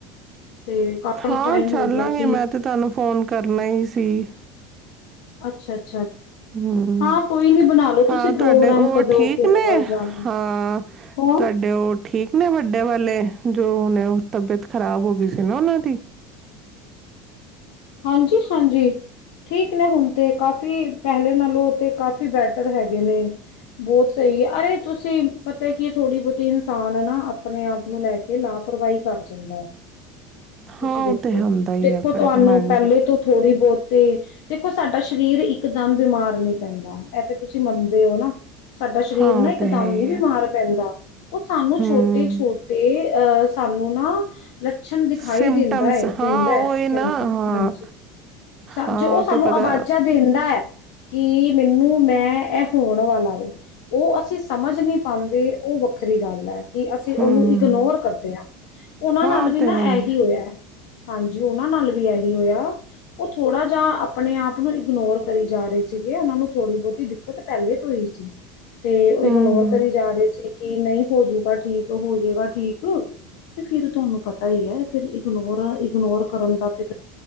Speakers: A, on the left; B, on the right.
A: ਤੇ ਕਾਫੀ
B: ਹਾਂ
A: ਟਾਈਮ
B: ਚੱਲਾਂਗੇ
A: ਹੋ ਗਿਆ ਸੀ।
B: ਮੈਂ ਤੇ ਤੁਹਾਨੂੰ ਫੋਨ ਕਰਨਾ ਹੀ ਸੀ।
A: ਅੱਛਾ <inaudible>
B: ਹਮ
A: ਹਾਂ ਕੋਈ ਨੀ ਬਣਾ ਲੋ ਤੁਸੀਂ
B: ਹਾਂ
A: ਪ੍ਰੋਗਰਾਮ
B: ਤੁਹਾਡੇ ਉਹ
A: ਕਦੋਂ
B: ਠੀਕ
A: ਕਿਹੜੇ
B: ਨੇ,
A: ਵੱਲ ਜਾਣਾ ਹੈ।
B: ਹਾਂ
A: ਕੌਣ?
B: ਤੁਹਾਡੇ ਉਹ ਠੀਕ ਨੇ ਵੱਡੇ ਵਾਲੇ ਜੋ <inaudible> ਤਬੀਅਤ ਖ਼ਰਾਬ ਹੋ ਗਈ ਸੀ ਨਾ ਉਹਨਾਂ ਦੀ।
A: ਹਾਂਜੀ ਹਾਂਜੀ ਠੀਕ ਨੇ ਹੁਣ ਤੇ ਕਾਫੀ ਪਹਿਲੇ ਨਾਲੋਂ ਤੇ ਕਾਫੀ ਬੈਟਰ ਹੈਗੇ ਨੇ, ਬਹੁਤ ਸਹੀ ਹੈ ਅਰੇ ਤੁਸੀਂ ਪਤਾ ਕੀ ਥੋੜ੍ਹੀ ਬਹੁਤੀ ਇਨਸਾਨ ਨਾ ਆਪਣੇ ਆਪ ਨੂੰ ਲੈ ਕੇ ਲਾਪਰਵਾਹੀ ਕਰ ਜਾਂਦਾ ਹੈ। ਤੁਸੀਂ
B: ਹਾਂ
A: ਦੇਖੋ
B: ਉਹਤੇ ਹੁੰਦਾ ਹੀ
A: ਦੇਖੋ
B: ਹੈ ਫਿਰ
A: ਤੁਹਾਨੂੰ
B: <inaudible>
A: ਪਹਿਲੇ ਤੋਂ ਥੋੜ੍ਹੀ ਬਹੁਤ। ਤੇ ਦੇਖੋ ਸਾਡਾ ਸ਼ਰਿਰ ਇੱਕਦਮ ਬਿਮਾਰ ਨਹੀਂ ਪੈਂਦਾ ਇ ਤੇ ਤੁਸੀਂ ਮੰਨਦੇ ਹੋ ਨਾ। ਸਾਡਾ ਸ਼ਰੀਰ
B: ਹਾਂ
A: ਨਾ
B: ਉਹ
A: ਇਕਦਮ
B: ਤੇ ਹੈ
A: ਨੀ
B: ਹੀ
A: ਬਿਮਾਰ
B: ਹੈ
A: ਪੈਂਦਾ ਉਹ ਸਾਨੂੰ
B: ਹਮ
A: ਛੋਟੇ ਛੋਟੇ <unintelligible> ਅਹ ਸਾਨੂੰ ਨਾ ਲੱਛਣ ਦਿਖਾਈ
B: ਸਿੰਮਟਮਸ
A: ਦਿੰਦਾ ਹੈ, ਦਿੰਦਾ
B: ਹਾਂ ਉਹ
A: ਹੈ
B: ਇਹ
A: ਸਿਸਟਮ।
B: ਨਾ ਹਾਂ
A: ਹਾਂਜੀ,
B: ਹਾਂ
A: ਜੋ ਉਹ ਸਾਨੂੰ
B: ਤੇ ਪਤਾ
A: ਆਵਾਜਾਂ ਦਿੰਦਾ ਹੈ। ਕਿ ਮੈਨੂੰ ਮੈਂ ਇਹ ਹੋਣ ਵਾਲਾ ਵੈ, ਉਹ ਅਸੀਂ ਸਮਝ ਨਹੀਂ ਪਾਉਂਦੇ ਉਹ ਵੱਖਰੀ ਗੱਲ ਹੈ। ਅਸੀਂ ਉਹਨੂੰ
B: ਹਮ
A: ਇਗਨੋਰ ਕਰਦੇ ਹਾਂ, ਉਹਨਾਂ
B: ਹਾਂ
A: ਨਾਲ
B: ਉਹ
A: ਵੀ
B: ਤੇ
A: ਨਾ
B: ਹੈ ਹੀ
A: ਇਹੀ ਹੋਇਆ ਹੈ। ਹਾਂਜੀ ਉਹਨਾਂ ਨਾਲ ਵੀ ਏ। ਹੋਇਆ ਉਹ ਥੋੜਾ ਜਾ ਆਪਣੇ ਆਪ ਨੂੰ ਇਗਨੋਰ ਕਰੀ ਜਾ ਰਹੇ ਸੀਗੇ ਉਹਨਾਂ ਨੂੰ ਥੋੜ੍ਹੀ ਬਹੁਤੀ ਦਿੱਕਤ ਪਹਿਲੇ ਤੋਂ ਹੀ ਸੀ। ਤੇ ਉਹ ਇਗਨੋਰ
B: ਹਮ
A: ਕਰੀ ਜਾ ਰਹੇ ਸੀ। ਕੀ ਨਹੀਂ ਹੋਜੂਗਾ ਠੀਕ, ਹੋਜਏਗਾ ਠੀਕ ਤੇ ਫੇਿਰ ਤੁਹਾਨੂੰ ਪਤਾ ਹੀ ਹੈ, ਫਿਰ ਇਗਨੋਰ ਇਗਨੋਰ ਕਰਨ ਦਾ ਤੇ ਫਿਰ।